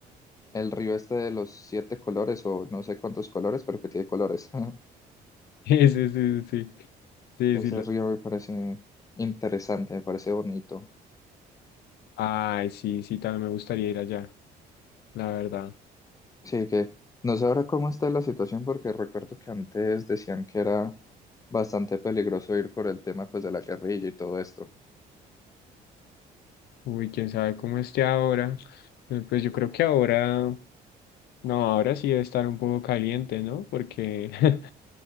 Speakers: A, on the left (about 20°); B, on the left (about 70°).
A: el río este de los siete colores, o no sé cuántos colores, pero que tiene colores. <laughs>
B: <laughs> sí, sí, sí, sí, sí,
A: Ese
B: sí, los...
A: río me parece interesante, me parece bonito.
B: Ay, sí, sí, también me gustaría ir allá, la verdad.
A: Sí, que no sé ahora cómo está la situación, porque recuerdo que antes decían que era bastante peligroso ir por el tema pues de la guerrilla y todo esto.
B: Uy, quién sabe cómo esté ahora. Eh, Pues yo creo que ahora, no, ahora sí debe estar un poco caliente, ¿no? Porque <laughs>